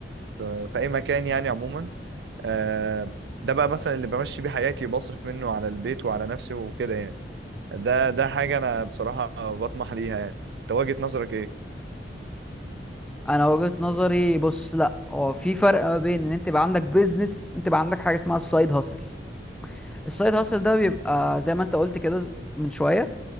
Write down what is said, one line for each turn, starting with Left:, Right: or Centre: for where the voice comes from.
Right: في في اي مكان يعني عموما آه، ده بقى مثلا اللي بمشي بيه حياتي بصرف منه على البيت وعلى نفسي وكده يعني ده ده حاجة أنا بصراحة بطمح ليها يعني أنت وجهة نظرك إيه؟
Centre: انا وجهة نظري بص لا هو في فرق ما بين ان انت يبقى عندك بيزنس وانت يبقى عندك حاجه اسمها السايد هاسل السايد هاسل ده بيبقى زي ما انت قلت كده من شويه